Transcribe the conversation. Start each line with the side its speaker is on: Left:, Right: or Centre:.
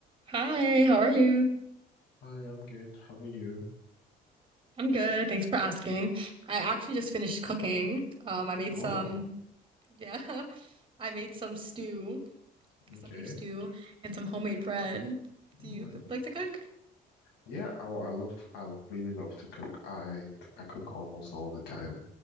Right: Hi, how are you?
Left: Hi, I'm good. How are you?
Right: I'm good. Thanks for asking. I actually just finished cooking. Um, I made
Left: Oh,
Right: some, yeah, <laughs> I made some stew, some
Left: okay.
Right: beef stew, and some homemade bread. Do
Left: Mm.
Right: you c- like to cook?
Left: Yeah. Oh, I love. I really love to cook. I I cook almost all the time.